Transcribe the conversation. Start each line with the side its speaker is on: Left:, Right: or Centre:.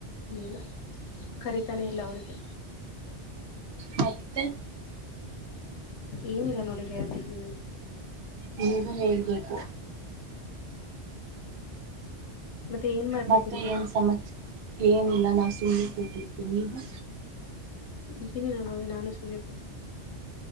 Left: ಇಲ್ಲಾ ಕರಿತಾನೆ ಇಲ್ಲ ಅವ್ರಿಗೆ.
Right: ಮತ್ತೆ.
Left: ಏನಿಲ್ಲಾ ನೋಡಿ ಹೇಳಬೇಕ ನೀವೇ.
Right: ನೀವು ಹೇಳ್ಬೇಕು.
Left: ಮತ್ತೆ ಏನ್ ಮಾಡ್ತಿದ್ರಿ
Right: ಮತ್ತೆ ಏನ್ ಸಮಾಚಾರ ಏನಿಲ್ಲ ನಾವು ಸುಮ್ನೆ ಕೂತಿದ್ವಿ ನೀವು.
Left: ಈಗೇನ ಇಲ್ಲಾ ನೋಡಿ ನಾನು ಸುಮ್ಮನೆ ಕೂತಿದೆ.